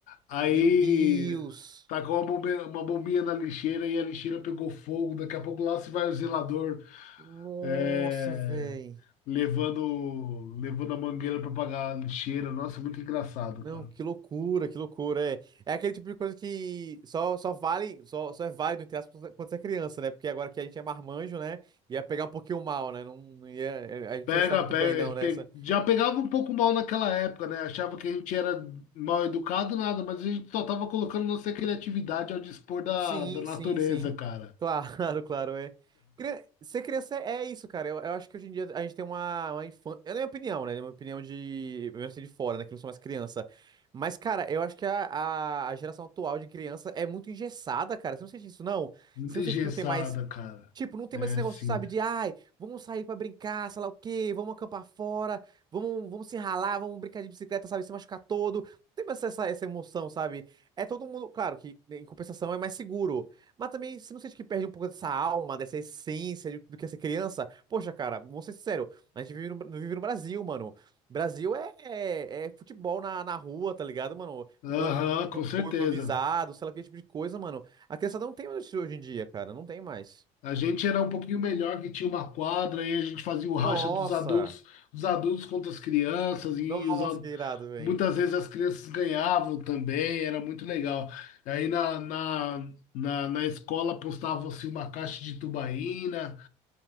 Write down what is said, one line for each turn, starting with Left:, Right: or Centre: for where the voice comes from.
Left: aí
Right: Meu Deus!
Left: tacou uma bombinha, uma bombinha na lixeira e a lixeira pegou fogo. Daqui a pouco lá se vai o zelador.
Right: Nossa,
Left: é,
Right: velho.
Left: levando, levando a mangueira para pagar a lixeira. Nossa, muito engraçado,
Right: Não,
Left: cara.
Right: que loucura, que loucura. É, é aquele tipo de coisa que só, só vale, só, só é válido, entre aspas, quando você é criança, né? Porque agora que a gente é marmanjo, né? Ia pegar um pouquinho mal, né? Não, não ia, é, a gente
Left: Pega,
Right: não está muito
Left: pega,
Right: bem, não, nessa.
Left: pe- já pegava um pouco mal naquela época, né? Achava que a gente era mal educado, nada, mas a gente só tava colocando nossa criatividade ao dispor da,
Right: Sim,
Left: da natureza,
Right: sim, sim.
Left: cara.
Right: Claro, <laughs> claro, é. Cri- Ser criança é é isso, cara. Eu, eu acho que hoje em dia a gente tem uma, uma infância. É a minha opinião, né? É a minha opinião de. Eu venho assim de fora, né? Que eu não sou mais criança. Mas, cara, eu acho que a, a, a geração atual de criança é muito engessada, cara. Você não sente isso, não?
Left: Muito
Right: Você não
Left: engessada,
Right: sente que não tem mais.
Left: cara.
Right: Tipo, não tem
Left: É,
Right: mais esse negócio,
Left: sim.
Right: sabe, de ai, vamos sair pra brincar, sei lá o quê, vamos acampar fora, vamos, vamos se ralar, vamos brincar de bicicleta, sabe, se machucar todo. Não tem mais essa, essa emoção, sabe? É todo mundo, claro que né, em compensação é mais seguro, mas também você não sente que perde um pouco dessa alma, dessa essência de- do que é ser criança? Poxa, cara, vamos ser sincero, a gente vive no, vive no Brasil, mano. Brasil é, é, é futebol na, na rua, tá ligado, mano?
Left: Aham,
Right: Com gol, com
Left: com
Right: gol
Left: certeza.
Right: gol improvisado, sei lá que tipo de coisa, mano. A criançada não tem mais isso hoje em dia, cara, não tem mais.
Left: A gente era um pouquinho melhor, que tinha uma quadra, e a gente fazia o racha
Right: Nossa!
Left: dos adultos, os adultos contra as crianças, e
Right: Nossa,
Left: os, ad-
Right: que irado, velho.
Left: muitas vezes as crianças ganhavam também, era muito legal. Aí na, na, na, na escola postava-se uma caixa de tubaína